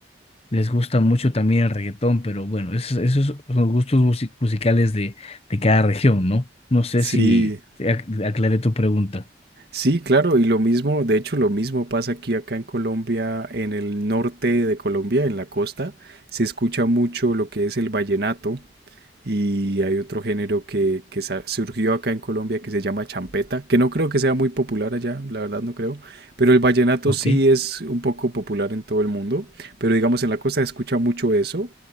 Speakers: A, on the left; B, on the right.
A: les gusta mucho también el reggaetón, pero bueno, esos, esos son los gustos musi- musicales de, de cada región, ¿no? No sé
B: Sí,
A: si te ac- aclaré tu pregunta.
B: sí, claro, y lo mismo, de hecho, lo mismo pasa aquí acá en Colombia, en el norte de Colombia, en la costa, se escucha mucho lo que es el vallenato, Y hay otro género que, que surgió acá en Colombia que se llama champeta, que no creo que sea muy popular allá, la verdad no creo, pero el vallenato
A: Ok.
B: sí es un poco popular en todo el mundo, pero digamos en la costa se escucha mucho eso